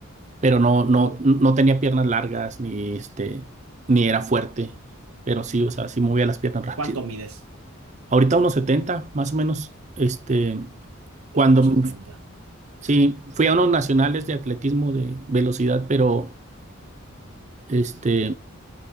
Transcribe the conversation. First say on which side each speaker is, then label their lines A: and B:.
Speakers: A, on the right; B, on the right.
A: pero no, no,
B: Como,
A: no tenía piernas largas, ni este, ni era fuerte, pero sí, o sea, sí movía las piernas <laughs> rápido.
B: ¿cuánto mides?
A: Ahorita unos 70 más o menos, este, cuando,
B: uno setenta
A: m- sí, fui a unos nacionales de atletismo de velocidad, pero este...